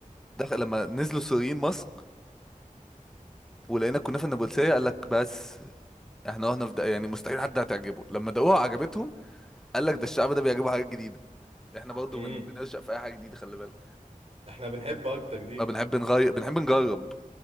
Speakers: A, in the centre; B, on the right.
A: دخل لما نزلوا السوريين مصر ولقينا الكنافه النابلسيه قال لك بس احنا رحنا في ده يعني مستحيل حد هتعجبه لما دقوها عجبتهم قال لك ده الشعب ده بيعجبه حاجات جديده احنا برضو
B: امم
A: بن... بنرشق في اي حاجه جديده خلي بالك
B: احنا بنحب اكتر دي
A: ما بنحب نغير بنحب نجرب